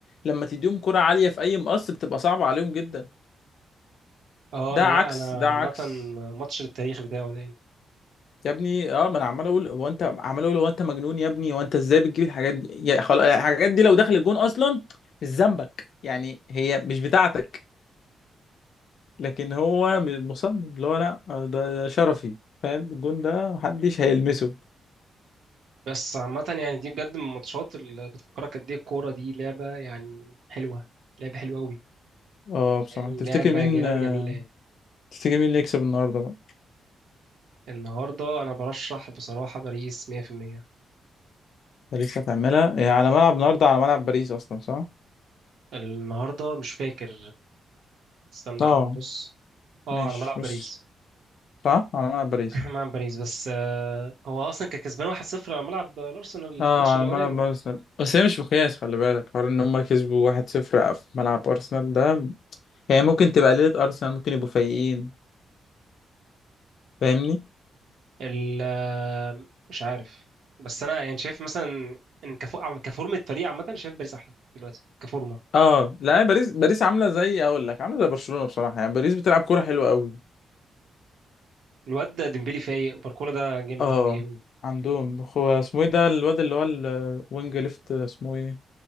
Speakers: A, on the left (about 55°); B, on the right (about 65°).
A: لما تديهم كرة عالية في اي مقص بتبقى صعبة عليهم جدا
B: اه
A: ده
B: لا
A: عكس
B: انا
A: ده عكس
B: عامه ماتش للتاريخ بتاعه ده يعني
A: يا ابني اه ما انا عمال اقول هو انت عمال اقول هو انت مجنون يا ابني هو انت ازاي بتجيب الحاجات دي يا خلاص الحاجات دي لو دخل الجون اصلا مش ذنبك يعني هي مش بتاعتك لكن هو م- مصمم اللي هو لا آه، ده, ده شرفي فاهم الجون ده محدش هيلمسه
B: بس عامه يعني دي بجد من الماتشات اللي بتفكرك قد ايه الكوره دي لعبه يعني حلوه لعبه حلوه قوي
A: اه بصراحة
B: لعبه
A: تفتكر مين
B: لعبه
A: آه،
B: جميله يعني
A: تفتكر مين اللي يكسب النهارده بقى
B: النهارده انا برشح بصراحه باريس 100%
A: باريس هتعملها هي على ملعب النهارده على ملعب باريس اصلا صح؟
B: النهارده مش فاكر استنى
A: اه
B: كده نبص اه
A: ماشي
B: على ملعب
A: بص
B: باريس
A: صح على ملعب باريس
B: <laughs> ملعب باريس بس آه، هو اصلا كان كسبان 1-0 على ملعب الارسنال
A: اه
B: في الماتش
A: على
B: الاولاني
A: ملعب ارسنال بس هي مش مقياس خلي بالك حوار ان هم كسبوا 1-0 في ملعب ارسنال ده هي ممكن تبقى ليلة ارسنال ممكن يبقوا فايقين فاهمني؟
B: ال مش عارف بس انا يعني شايف مثلا ان كفو... عم- كفورمة فريق عامة شايف باريس احلى دلوقتي كفورمة
A: اه لا هي باريس باريس عامله زي اقول لك عامله زي برشلونه بصراحه يعني باريس بتلعب كوره حلوه قوي
B: الواد ده ديمبلي فايق باركولا ده جامد
A: اه
B: قوي
A: عندهم هو اسمه ايه ده الواد اللي هو الوينج ليفت اسمه ايه؟